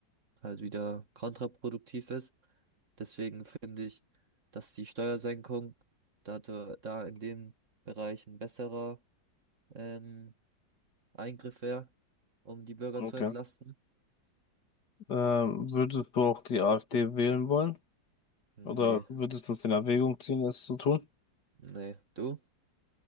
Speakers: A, on the right; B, on the left.
A: halt wieder kontraproduktiv ist. Deswegen finde ich, dass die Steuersenkung da, da da in dem Bereich ein besserer ähm, Eingriff wäre, um die Bürger
B: Okay.
A: zu entlasten.
B: Ähm, würdest du auch die AfD wählen wollen?
A: Nee,
B: Oder würdest du es in Erwägung ziehen, es zu tun?
A: nee, du?